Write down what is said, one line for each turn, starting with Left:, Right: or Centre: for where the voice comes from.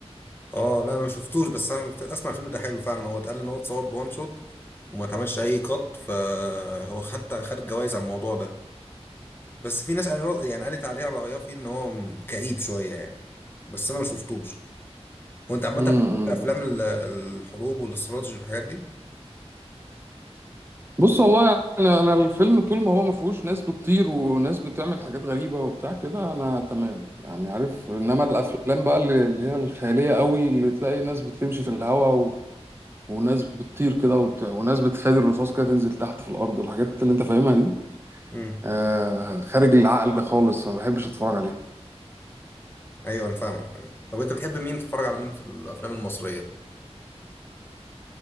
Left: اه لا انا ما شفتوش بس انا ف- اسمع الفيلم ده حلو فعلا هو اتقال ان هو اتصور بوان شوت وما اتعملش اي قط فهو حتى خد جوائز على الموضوع ده بس في ناس قال- يعني قالت عليها رأيها فيه ان هو م- كئيب شوية يعني بس انا ما شفتوش وانت عامة
Right: امم
Left: بتحب افلام ال- الحروب والاستراتيجي والحاجات دي
Right: بص والله انا انا الفيلم طول ما هو ما فيهوش ناس بتطير وناس بتعمل حاجات غريبه وبتاع كده انا تمام يعني عارف انما الافلام بقى اللي اللي هي الخياليه قوي اللي تلاقي ناس بتمشي في الهواء و... وناس بتطير كده وبت... وناس بتفادي الرصاص كده تنزل تحت في الارض والحاجات اللي انت فاهمها دي
Left: امم
Right: آه خارج العقل خالص ما بحبش اتفرج عليه
Left: ايوه انا فاهمك طب انت بتحب مين تتفرج على مين في الافلام المصرية